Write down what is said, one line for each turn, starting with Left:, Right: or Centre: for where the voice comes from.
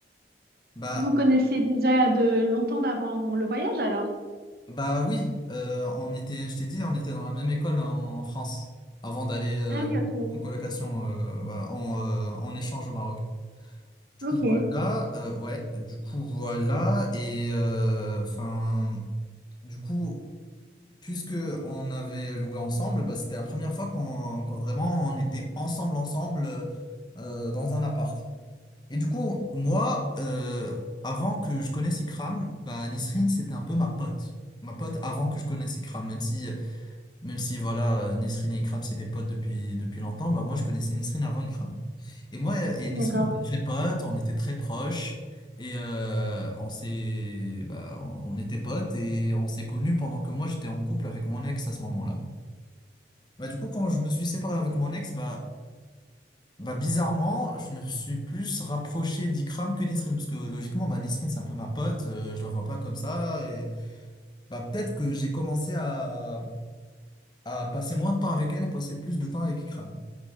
Left: Bah,
Right: Vous connaissiez déjà de longtemps d'avant le voyage alors?
Left: bah oui, euh, on était, je t'ai dit, on était dans la même école en, en France avant d'aller euh,
Right: Ah oui, ok.
Left: en colocation, euh, voilà, en, euh, en échange au Maroc. Du
Right: Ok,
Left: coup voilà, euh, ouais, du coup voilà, et euh, enfin, du coup, puisque on avait loué ensemble, bah, c'était la première fois qu'on qu'on vraiment on était ensemble, ensemble, euh, euh, dans un appart. Et du coup, moi, euh, avant que je connaisse Ikram, bah, Nisrine, c'était un peu ma pote. Ma pote avant que je connaisse Ikram, même si même si voilà, euh, Nesrine et Ikram, c'est des potes depuis, depuis longtemps, bah moi je connaissais Nesrine avant Ikram. Et moi et Nesrine,
Right: d'accord.
Left: on était très potes, on était très proches, et euh, on s'est, bah, on on était potes et on s'est connus pendant que moi j'étais en couple avec mon ex à ce moment-là. Bah du coup, quand je me suis séparé avec mon ex, bah, bah bizarrement, je me suis plus rapproché d'Ikram que Nesrine, parce que logiquement, bah Nesrine c'est un peu ma pote, euh, je la vois pas comme ça, et bah peut-être que j'ai commencé à, à passer moins de temps avec elle, à passer plus de temps avec Ikram.